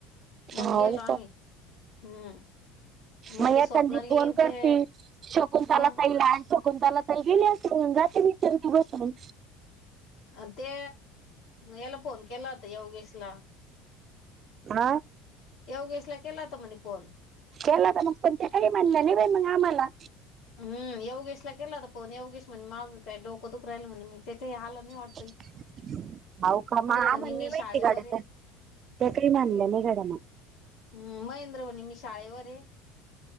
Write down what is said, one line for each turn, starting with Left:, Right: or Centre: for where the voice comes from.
Left: मग
Right: हाव
Left: गेलो आम्ही. हम्म. मग
Right: म
Left: ते
Right: एखांदी
Left: स्वप्नाली
Right: फोन
Left: अन
Right: करते.
Left: ते
Right: शकूंतला
Left: मग
Right: ताईला शकुंतला ताई गेले असलं <unintelligible> गातची बसून
Left: अ ते याला फोन केला होता योगेशला.
Right: ह?
Left: येवगेस ला केला होता म्हणे फोन.
Right: केला तर मग कोते <unintelligible> कळी <unintelligible> मणलं न मग आम्हाला.
Left: हम् योगेशला केला होता फोन. यवगेश म्हणे माझं काही डोक दुख राहिल म्हणे मग ते काही आलं नाही वाढतं.
Right: हो का म! आमाला
Left: म्हणे मी
Right: नाही
Left: शाळेवर
Right: <unintelligible>
Left: आहे.
Right: तकरी मानलं <unintelligible> <inaudible>
Left: हम. महेंद्र म्हणे मी शाळेवर आहे.